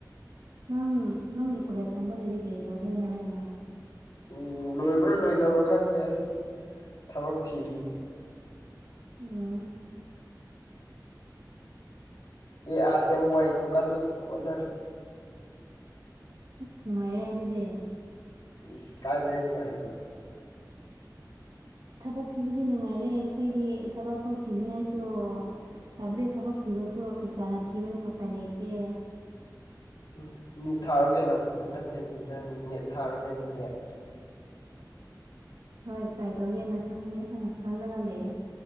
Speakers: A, on the right (about 85°); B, on the left (about 75°).
A: ꯅꯪ ꯅꯪꯒꯤ ꯀꯣꯂꯦꯖ ꯇꯝꯕꯔꯣꯏꯗꯤ ꯀꯔꯤ ꯇꯧꯗꯣꯏꯅꯣ ꯍꯥꯏꯕ
B: ꯎ ꯂꯣꯏꯕ꯭ꯔꯥ ꯂꯣꯏꯗꯕ꯭ꯔꯥ ꯈꯪꯗꯦ ꯑꯩ ꯊꯕꯛ ꯊꯤꯔꯤ
A: ꯑꯣ꯫
B: ꯑꯦ ꯑꯥꯔ ꯑꯦꯝ ꯋꯥꯏ ꯗꯨ ꯀꯥꯟꯟꯅ ꯍꯣꯠꯅꯔꯤ꯫
A: ꯑꯁ ꯅꯨꯡꯉꯥꯏꯔꯦ ꯑꯗꯨꯗꯤ꯫
B: ꯏ ꯀꯥꯏꯗꯅ ꯅꯨꯡꯉꯥꯏꯔꯤꯕ꯫
A: ꯊꯕꯛ ꯊꯤꯕꯗꯤ ꯅꯨꯡꯉꯥꯏꯔꯦ ꯑꯩꯈꯣꯏꯗꯤ ꯊꯕꯛ ꯐꯧ ꯊꯤꯅꯤꯡꯉꯥꯏꯁꯨ ꯍꯥꯏꯕꯗꯤ ꯊꯕꯛ ꯊꯤꯕꯁꯨ ꯄꯩꯁꯥꯅ ꯊꯤꯕꯅꯤꯅ ꯎꯄꯥꯏ ꯂꯩꯇ꯭ꯔꯦ꯫
B: ꯎꯝ ꯅꯤꯠ ꯊꯥꯔꯣ ꯀꯩꯅꯣ ꯑꯦ ꯅꯠꯇꯦ ꯅꯤꯠ ꯍꯥꯏꯕ ꯅꯦꯠ ꯊꯥꯔꯣ ꯀꯩꯅꯣ ꯅꯦꯠ꯫
A: ꯍꯣꯏ ꯇ꯭ꯔꯥꯏ ꯇꯧꯒꯦꯅ ꯈꯪꯉꯦ ꯑ ꯈꯜꯂꯒ ꯂꯩꯌꯦ꯫